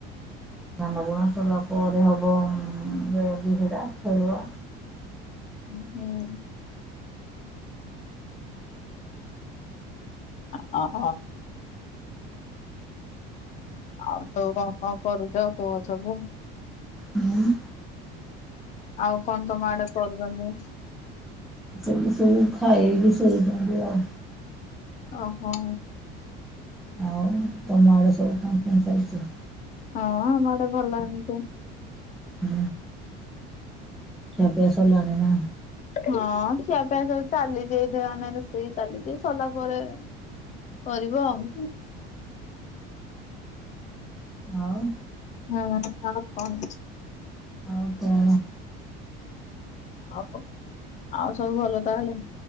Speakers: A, in the centre; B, on the left (about 35°).
A: ଧାନ ବୁଣା ସଇଲା ପରେ ହବ। <unintelligible>
B: ହଁ ହୁଁ। <unintelligible> ଆଉ <unintelligible> କଣ କରୁଛ କୁହ ସବୁ।
A: ହୁଁ
B: ଆଉ କଣ ତମ ଆଡ଼େ ପରିବା ହୁଏ?
A: ଏଠି ସବୁ ଖାଇକି ଶୋଇଛନ୍ତି ଆଉ।
B: ଓହୋଃ।
A: ଆଉ ତମ ଆଡ଼େ ସବୁ କଣ କେମିତି ଚାଲିଚି?
B: ହଁ ଆମ ଆଡ଼େ ଭଲ ଏମିତି।
A: ହୁଁ। ଖିଆ ପିଆ ସରିଲାଣି ନା?
B: ହଁ ଖିଆପିଆ ସବୁ ଚାଲିଛି, ଏଇତ ରୋଷେଇ ଚାଲିଛି ସରିଲା ପରେ କରିବ ଆଉ।
A: ଆଉ
B: ହଁ ଆଉ କଣ ଅଛି।
A: ଆଉ କଣ।
B: <unintelligible> ଆଉ ସବୁ ଭଲ ତାହେଲେ?